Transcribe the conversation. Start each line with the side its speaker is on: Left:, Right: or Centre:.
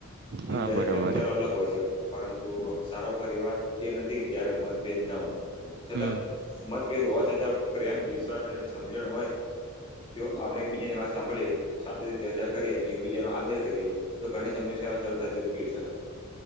Left: ઈ
Right: હા
Left: દરેક
Right: બરોબર
Left: ના વિચારો અલગ હોય શકે પરંતુ સારો પરિવાર એ નથી જયારે મતભેદ ના હો છતાં
Right: હમ
Left: મતભેદ હોવા છતાં પ્રમ વિશ્વાસ અને સમજણ હોય જો આપણે એકબીજાની વાત સાંભળીએ શાંતિથી ચર્ચા કરીએ અને એકબીજાનો આદર કરીએ તો ઘણી સમય સરળ થતી ઉકેલી શકાય